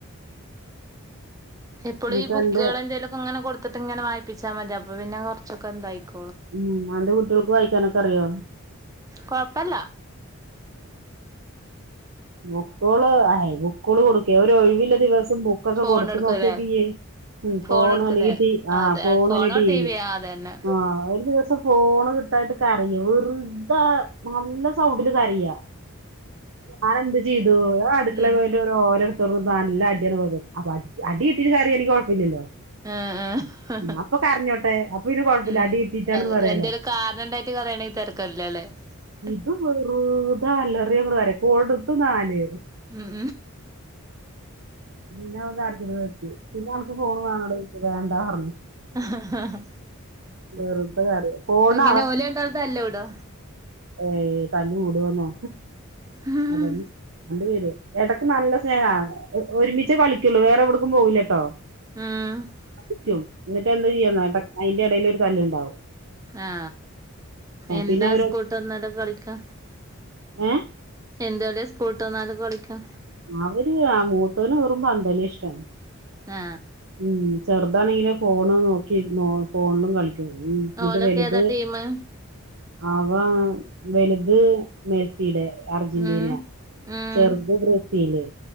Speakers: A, on the right; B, on the right.
A: എപ്പോളു
B: എന്നിട്ട്
A: ഈ ബുക്കള്
B: അന്റെ
A: എന്തെലൊക്കെ ങ്ങനെ കൊടുത്തിട്ട് ഇങ്ങനെ വായിപ്പിച്ചാ മതി അപ്പൊ പിന്നെ കൊറച്ചൊക്കെ ഇതാക്കും
B: ഉം അന്റെ കുട്ടിയോൾക്ക് വായിക്കാനൊക്കെ അറിയോ
A: കൊഴപ്പല്ല
B: ബുക്കോള് അ ബുക്കോള് ഒരു ഒഴിവില്ല ദിവസം ബുക്കൊക്കെ
A: ഫോൺ
B: കൊടുത്ത
A: എടുക്കൂലേ
B: നോക്ക്യോക്ക്യ്യ് ഉം
A: ഫോൺ
B: ഫോണ്
A: എടുക്കൂലേ
B: അല്ലെങ്കി ടി ആ
A: അതെ
B: ഫോണ്
A: ഫോണോ
B: ല്ലെ ടിവി
A: ടിവിയോ അതന്നെ
B: ആ ഒരു ദിവസം ഫോണ് ത്തായിട്ട് കരയ വെറുത നല്ല സൗണ്ടില് കരയ ഞാനന്ത് ചെയ്തു അടുക്കളെ
A: ഉം
B: പോയിട്ട് ഓരോലെടുത്ത് നല്ല അടിയാണ് പോ അപ്പ അ അടിയിട്ടിട്ട് കരയാണങ്കി കൊഴപ്പില്ലല്ലോ
A: ആഹ് ആഹ്
B: അപ്പൊ കരഞ്ഞോട്ടെ അപ്പൊ ഇനി കൊഴപ്പില്ല
A: ഉം
B: അടി ഇട്ടിട്ടാണെന്ന്
A: അതെ
B: പറയാലോ
A: എന്തേലും <unintelligible>
B: ഇത് വെറുതാ അലറിയങ്ങട് കരയ കൊടത്ത് നാല്
A: ഉം
B: പിന്ന അവൻ കരച്ചില് നിർത്തി പിന്നെ അനക്ക് ഫോണ് വേണോടായിച്ച് വേണ്ടാറഞ്ഞു
A: ഹഹഹ
B: വെറുതെ കരയ ഫോണ്
A: എങ്ങനെ ഓല് ണ്ടാളു തല്ലൂടോ
B: ഏയ് തല്ല്കൂടോന്നോ
A: ഉം
B: അതന്നെ രണ്ട് പേരും എടക്ക് നല്ല സ്നേഹാ ഒരുമിച്ചേ കളിക്കുള്ളൂ വേറെ എവിടക്കും പോവൂലട്ടോ
A: ഉം
B: <unintelligible> എന്നിട്ട് എന്താ ചെയ്യന്നാ എട അയ്ന്റെ എടേല് ഒരു തല്ല് ഇണ്ടാവും
A: ആ എന്താ
B: പിന്നെ അവര്
A: സ്കൂള്ട്ടന്നാല് കളിക്കാ?
B: ഏ
A: എന്തളിയാ സ്കൂള്ട്ടന്നലും കളിക്കാ?
B: അവര് അ മൂത്തോന് വെറും പന്തളിയഷ്ടം
A: ആ
B: ഉം ചെറുതാണെങ്കില് ഫോണ് നോക്കി ഇരിന്നോളും ഫോണിലും കളി ന്നിട്ട്
A: ഓലൊക്കെ
B: വലുത്
A: ഏതാ ടീമ്
B: അവ വലുത് മെ <unintelligible> അർജന്റീന
A: ഉം ഉം
B: ചെറുത് ബ്രസീല്